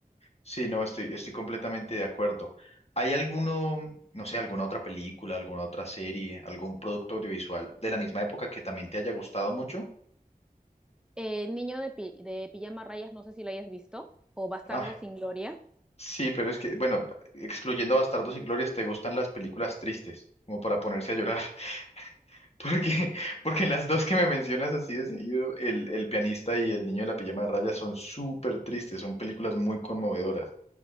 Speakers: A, on the left; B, in the centre.
A: Sí, no, estoy, estoy completamente de acuerdo. ¿Hay alguno, no sé, alguna otra película, alguna otra serie, algún producto audiovisual de la misma época que también te haya gustado mucho?
B: Eh, niño de, pi de pijama rayas, no sé si lo hayas visto, o Bastardo
A: Ay,
B: sin Gloria.
A: sí, pero es que, bueno, excluyendo Bastardos y Glorias, te gustan las películas tristes, como para ponerse a llorar. <laughs> Porque, porque las dos que me mencionas así de seguido, el, el pianista y el niño de la pijama de rayas, son súper tristes, son películas muy conmovedoras.